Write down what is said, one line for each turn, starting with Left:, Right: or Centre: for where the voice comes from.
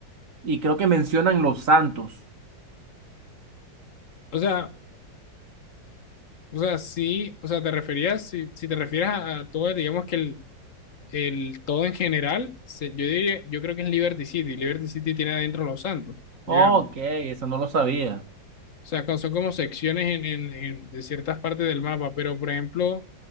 Right: Y creo que mencionan Los Santos.
Left: O sea, o sea, sí, o sea, te referías, si, si te refieres a, a todo, digamos que el el todo en general, se- yo diría, yo creo que es Liberty City. Liberty City tiene adentro Los Santos,
Right: Ok,
Left: digamos.
Right: eso no lo sabía.
Left: O sea, co- son como secciones en, en- en- de ciertas partes del mapa, pero por ejemplo,